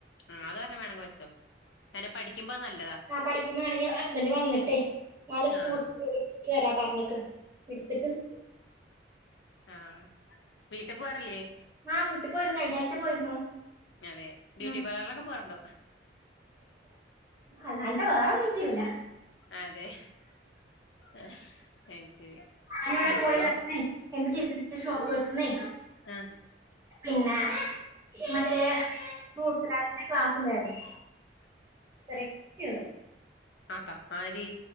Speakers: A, on the left; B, on the right.
A: ആഹ അത് പറഞ്ഞണം വേണെങ്കോ അങ്ങനെ പഠിക്കുമ്പോ നല്ല
B: ആ പഠിക്കുമ്പോ ആ ഞ്ഞ ഹസ്ബന്റ് വന്നിട്ടെ സ്കൂ
A: ആ
B: തരാ പറഞ്ഞിക്കണ എടുത്തിട്ട
A: ആഹ വീട്ടിൽ പോവാറില്ലേ
B: ആ വീട്ട് പോയിരുന്നു കഴിഞ്ഞ ആഴ്ച പോയിരുന്നു
A: അതെ ബ്യൂട്ടി
B: ഉം
A: പാർലറിലൊക്കെ പോറണ്ടോ
B: അല്ലാണ്ടാ വേറെന്നും ചെയീല്ല
A: അതെ അത് ശരി
B: ഞാന ഇവിടെ
A: അല്ല
B: കോളെ
A: ഇപ്പൊ
B: എന്റെ ചിത്ര ഷോക്ക്സിന്നെ
A: ആഹ്
B: പിന്നെ മറ്റേ ഫ്രൂട്ട്സ്ല്ലാടന്റെ ക്ലാസ് ഉണ്ടായിരുന്നു കറക്റ്റ്.
A: ആത്ത ആരി